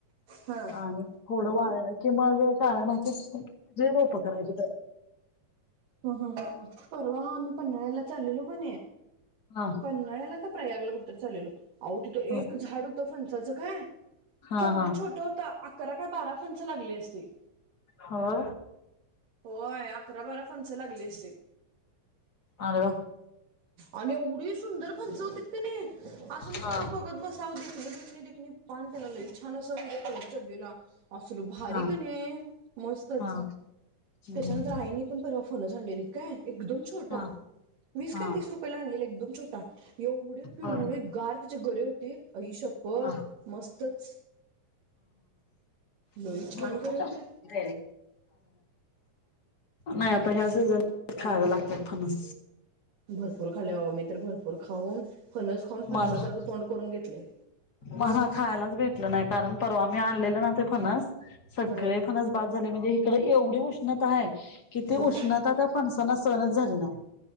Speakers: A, on the right; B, on the left.
A: हा
B: आणि थोडं वाढलं कि मग काळामागे रोप करायची का
A: ह ह ह परवा आम्ही पन््हाळ्याला चाललेलो काण
B: हा
A: पन् नळ्याला का प्रयागला कुतर चाललेल आह तिथं
B: हा
A: एक झाड होतं फंचाच काय
B: हा
A: केवढं
B: हा
A: छोटं होतं अकरा काय बारा फंच लागले असतील
B: होा
A: हो आहे फच लागली असतील
B: अग
A: आणि एवढी सुंदर पंचवतीत क नाही असं नुसत
B: हा
A: बघत बसावं देत नाही णी देणी पान त्याला लई छान असं म्हणजे कलर चढलेला असल भारी
B: हा
A: का नाही मस्तच
B: हा हम्म
A: त्याच्यानंतर आईनी फोनच आणलेलीत काय एकदम छोटा
B: हा
A: वीस
B: हा
A: काय तीस रुपयेला आणलेला एकदम छोटा एवढी पिवळी
B: होय
A: गार तिच्या गरे होतीत. आईशप्पथ.
B: हा
A: मस्तच. लई छान
B: ह
A: गरे होते
B: <unintelligible> नाही आता ह्या सीजनला खायला लागतात फनस.
A: भरपूर खाले बाबा, मी तर भरपूर खाऊन फनस खाऊन फणसासारखं
B: मला
A: तोंड करून घेतले.
B: मला हा खायलाच भेटलं नाही, कारण परवा मी आणलेले ना ते फनस. सगळे
A: हम्म
B: फणस बाद झाले म्हणजे, इकडं एवढी उष्णता हाय. कि, ती
A: हम्म
B: उष्णता त्या फणसांना काय सहणच झाली नाही.